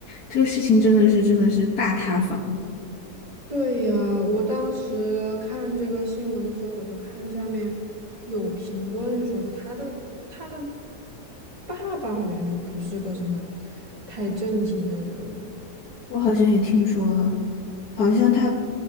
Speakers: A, on the left (about 65°); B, on the right (about 20°).
A: 这个事情真的是真的是大塌房，
B: 对呀，我当时看这个新闻的时候，我就看下面有评论说，就他的他的爸爸好像就不是个什么太正经的人。
A: 我好像也听说了，好像他，